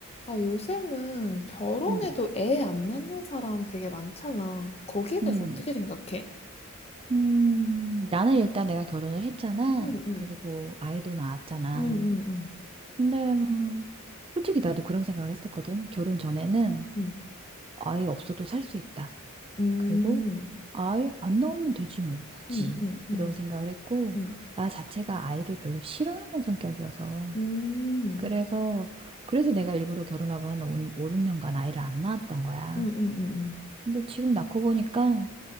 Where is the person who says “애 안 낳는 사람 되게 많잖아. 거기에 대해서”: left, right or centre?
Left